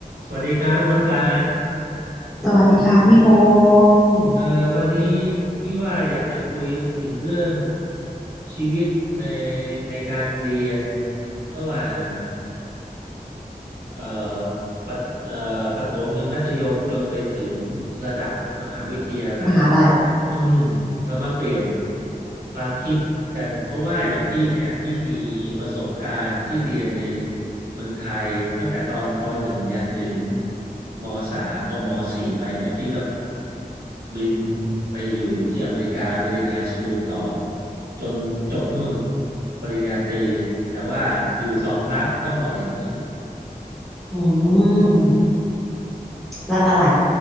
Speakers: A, on the right (about 80°); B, in the centre.
A: สวัสดีครับน้องปลา
B: สวัสดีค่ะพี่พงศ์
A: เอ่อวันนี้พี่ว่าอยากจะคุยถึงเรื่องชีวิตในในการเรียนระหว่าง เอ่อปะเอ่อประถมถึงมัธยมจนไปถึงระดับมหาวิทยาลัย
B: มหาลัย
A: อืมเรามาเปลี่ยนความคิดกัน เพราะว่าอย่างพี่เนี่ยพี่มีประสบการณ์ที่เรียนในเมืองไทยตั้งแต่ตอนปหนึ่งยันถึงมสามพอมสี่ไปเนี่ยพี่ก็บินไปอยู่ที่อเมริกาไปเรียนไฮสคูลต่อจนจบนู่นปริญญาตรีแต่ว่าอยู่สองรัฐต้องบอกอย่างนี้
B: อืมรัฐอะไร